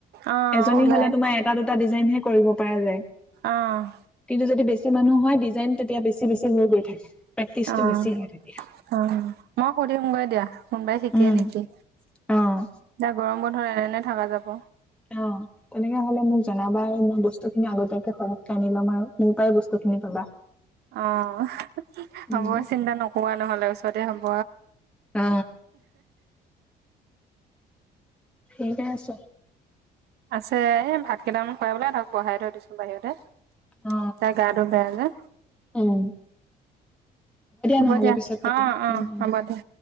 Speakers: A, on the right; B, in the centre.
A: অ',
B: এজনী
A: ওলাই
B: হ'লে তোমাৰ এটা দুটা ডিজাইনহে কৰিব পাৰা যায়।
A: অ'।
B: কিন্তু যদি বেছি মানুহ হয় ডিজাইন তেতিয়া বেছি বেছি হৈ গৈ থাকে প্ৰেক্টিচটো
A: অ',
B: বেছি হয়ে তেতিয়া
A: অ', মই সুধিমগৈ দিয়া কোনোবাই শিকে
B: উম,
A: নেকি?
B: অ'।
A: এতিয়া গৰম বন্ধত এনে থাকা যাব।
B: অ', তেনেকে হ'লে মোক জনাবা মই বস্তু খিনি আগতীয়াকে সৰহকে আনি লম আৰু। মোৰ পৰাই বস্তু খিনি পাবা
A: অ',
B: উম
A: হ'ব চিন্তা নকোৱা নহ'লে ওচৰতে হ'ব।
B: অ ঠিকে আছে।
A: আছে এই ভাত কেইটামান খুৱাই বোলে তাক বহাই থৈ দিছো বাহিৰতে।
B: অ
A: তাৰ গাটো বেয়া যে,
B: উম
A: হ'ব
B: নহ'লে
A: দিয়া
B: পিছত পাতিম
A: অ', অ',
B: উম
A: হ'ব দিয়া।